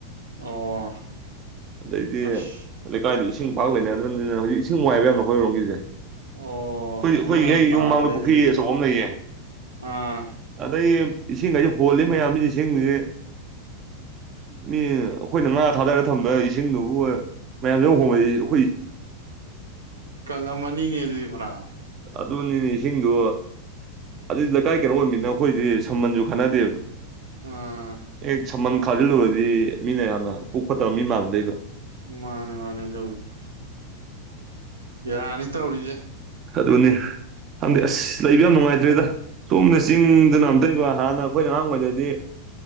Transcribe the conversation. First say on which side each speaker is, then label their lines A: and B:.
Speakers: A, on the right; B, on the right.
A: ꯑꯣ
B: ꯑꯗꯩꯗꯤ
A: ꯑꯁ
B: ꯂꯩꯀꯥꯏꯗꯨ ꯏꯁꯤꯡ ꯄꯥꯛ ꯂꯩꯅꯗ꯭ꯔꯕꯅꯤꯅ ꯍꯧꯖꯤꯛ ꯏꯁꯤꯡꯅꯨꯡꯉꯥꯏꯕ ꯌꯥꯝꯅ ꯍꯈꯣꯏꯔꯣꯝꯒꯤꯁꯦ
A: ꯑꯣ
B: ꯍ
A: ꯐꯤꯕꯝ
B: ꯍꯣꯏꯏꯍꯩ
A: ꯌꯥꯝ ꯇꯥꯗ꯭ꯔꯦꯅꯦꯗꯤ
B: ꯌꯣꯡꯃꯥꯡꯗ ꯄꯨꯈ꯭ꯔꯤ ꯑꯆꯧꯕ ꯑꯃ ꯂꯩꯌꯦ
A: ꯑꯥ
B: ꯑꯗꯩ ꯏꯁꯤꯡꯈꯁꯤ ꯍꯣꯜꯂꯤ ꯃꯌꯥꯝꯁꯤ ꯏꯁꯤꯡꯁꯦ ꯃꯤ ꯑꯩꯈꯣꯏꯅ ꯉꯥ ꯊꯥꯗꯔꯒ ꯊꯝꯕ ꯏꯁꯤꯡꯗꯨꯕꯨ ꯃꯌꯥꯝꯁ ꯌ ꯍꯣꯡꯕꯕꯁꯤ
A: ꯀꯪꯂꯪꯉ ꯑꯅꯤꯅꯦ ꯑꯗꯨꯗꯤ ꯐꯅꯥ
B: ꯑꯗꯨꯅꯤꯅꯦ ꯏꯁꯤꯡꯗꯣ ꯑꯗꯨꯗꯤ ꯂꯩꯀꯥꯏ ꯀꯩꯅꯣ ꯑꯣꯏꯃꯤꯅ ꯑꯩꯈꯣꯏꯗꯤ ꯁꯃꯟꯁꯨ ꯈꯅꯗꯦꯕ
A: ꯑꯥ
B: ꯑꯦ ꯁꯃꯟ ꯈꯥꯖꯤꯜꯂꯨꯔꯗꯤ ꯃꯤꯅ ꯌꯥꯝꯅ ꯄꯣꯛ ꯐꯠꯇꯕ ꯃꯤ ꯃꯥꯟꯅꯗꯣꯏꯕ
A: ꯃꯥꯅꯦ ꯃꯥꯅꯦ ꯑꯣꯏꯗꯤ ꯕꯤꯔꯥꯅꯤ ꯇꯧꯔꯤꯁꯦ
B: ꯑꯗꯨꯅꯦ ꯍꯪꯗꯤ ꯑꯁ ꯂꯩꯕ ꯌꯥꯝ ꯅꯨꯡꯉꯥꯏꯇ꯭ꯔꯦꯗ ꯁꯣꯝꯅ ꯆꯤꯡꯗꯅ ꯑꯝꯇꯏꯕ ꯍꯥꯟꯅ ꯑꯩꯈꯣꯏꯅ ꯑꯉꯥꯡꯉꯩꯗꯗꯤ